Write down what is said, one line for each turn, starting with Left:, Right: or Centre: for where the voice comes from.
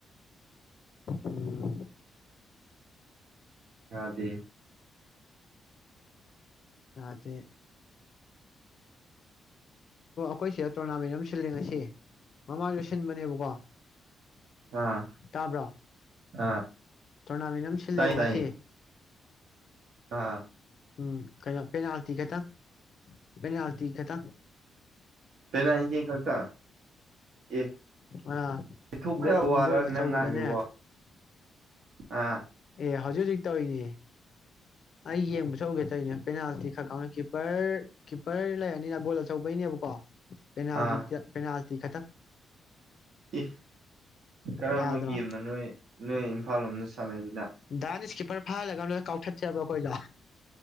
Left: ꯎꯝ
Right: ꯑꯗꯗꯤ
Left: ꯑꯗꯤꯦ ꯑꯩꯈꯣꯏ ꯁꯤꯗ ꯇꯣꯔꯅꯥꯃꯦꯟ ꯑꯃ ꯁꯤꯜꯂꯦ ꯉꯁꯤ ꯃꯃꯥꯡꯗ ꯁꯤꯟꯕꯅꯦꯕꯀꯣ
Right: ꯑꯥ
Left: ꯇꯥꯕ꯭ꯔꯣ
Right: ꯑꯥ
Left: ꯇꯣꯔꯅꯥꯃꯦꯟ ꯑꯃ ꯁꯤꯜꯂꯦꯕ
Right: ꯇꯥꯏ
Left: ꯉꯁꯤ
Right: ꯇꯥꯏ ꯑꯥ
Left: ꯎꯝ ꯀꯩꯅꯣ ꯄꯦꯅꯥꯜꯇꯤ ꯈꯇꯪ ꯀꯩꯅꯩꯅ ꯍꯜꯇ ꯀ ꯇ
Right: ꯄꯦꯅꯥ ꯏꯟꯆꯦ ꯈꯛꯇꯪ ꯑꯦ
Left: ꯑꯥ
Right: ꯄꯊꯣꯛꯄ
Left: ꯒꯣꯜ
Right: ꯌꯥ ꯋꯥꯔ
Left: ꯒꯣꯜ ꯑꯆꯧꯕꯗꯅꯦ
Right: ꯅꯪ ꯉꯥꯟꯂꯕ ꯑꯥ
Left: ꯑꯦ ꯍꯧꯖꯤꯛ ꯍꯧꯖꯤꯛ ꯇꯧꯔꯤꯅꯦ ꯑꯩ ꯌꯦꯡꯕꯁꯨ ꯎꯒꯦ ꯇꯧꯔꯤꯅꯦ ꯄꯦꯅꯥꯜꯇꯤ ꯈꯔ ꯈꯥꯎꯅ ꯀꯤꯞꯄꯔ ꯀꯤꯞꯄꯔ ꯂꯩꯔꯅꯤꯅ ꯒꯣꯜ ꯑꯆꯧꯕꯩꯅꯦꯕꯀꯣ ꯄꯦꯅꯥꯇ
Right: ꯑꯥ
Left: ꯄꯦꯅꯥꯜꯇꯤ ꯈꯇꯪ
Right: ꯏ ꯀꯔꯝꯕ
Left: ꯌꯥꯗ
Right: ꯒꯦꯝꯅꯣ
Left: ꯔꯣ
Right: ꯅꯣꯏ ꯅꯣꯏ ꯏꯝꯐꯥꯜ ꯂꯣꯝꯗ ꯁꯥꯟꯅꯩꯁꯤꯅ
Left: ꯗꯅꯤꯁꯀꯤ ꯔ ꯐꯥ ꯂ ꯀꯥꯎ ꯆꯦꯕ ꯑꯩꯈꯣꯏꯒ